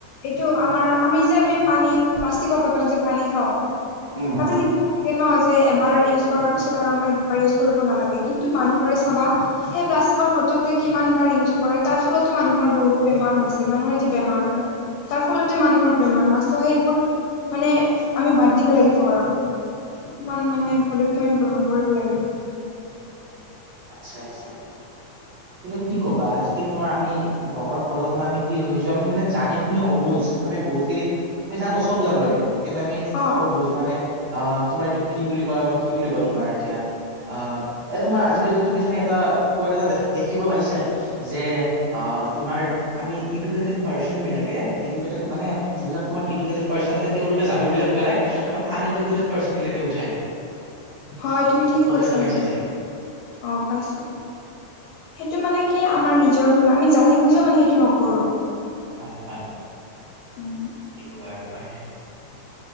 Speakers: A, on the left (about 80°); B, on the right (about 60°).
A: এইটো আমাৰ আমি যে আমি পানী প্লাষ্টিকৰ বতলত যে পানী খাওঁ,
B: উম উম।
A: তাতে লিখ তাকে ন যে এবাৰ ইউজ কৰাৰ পিছত আৰু মানে দুবাৰ ইউজ কৰিব নালাগে। কিন্তু মানুহবোৰে চাবা সেই প্লাষ্টিকৰ বটলটোৱে কিমান বাৰ ইউজ কৰে তাৰ ফলতো মানুহৰ বহুতো বেমাৰ হৈছে। মানুহৰ যি বেমাৰ হয় তাৰ ফলতে মানুহৰ বেমাৰ হয়। চ' সেইবোৰ মানে আমি বাদ দিব লাগিব আৰু। কিমান মানে পদক্ষেপ আমি গ্ৰহণ কৰিব লাগিব।
B: আচ্ছা, আচ্ছা। এতিয়া কি ক'বা, আজিকালি তোমাৰ আমি বৰ্তমান প্ৰজন্ম আমি কি হৈ গৈছো, আমি মানে জানি শুনি অবুজ। আমি বহুতখিনি আমি জানো চব জানো আমি কিন্তু আমি
A: অ
B: অবুজ মানে। অ' তোমাৰ এইটো কি বুলি কয় মই কি বুলি কয় তোমাৰ এতিয়া অ' এ তোমাৰ আজিকালি তুমি চাগে এটা কোৱাত এটা দেখ দেখিব পাইছা যে আহ তোমাৰ আমি ইডুকেটেড পাৰ্চন বিলাকে ইডুকেটেড মানে যিবিলাক তোমাৰ পাৰ্চন আছে তেওঁলোকে জাবৰি বিলাক পেলই আৰু আন এডেটেড পাৰ্চন বিলাকে উঠাই।
A: হয় তুমি ঠিক
B: ক'ত
A: কৈছা
B: এটা
A: সেইটো।
B: পাইছা চাগে
A: অ' পাইছো। সেইটো মানে কি আমাৰ নিজৰ ভুল আমি জানি বুজিও মানে সেইটো নকৰো।
B: হয়, হয়।
A: উম।
B: কি ক'বা আৰু উপ উপায় নাই।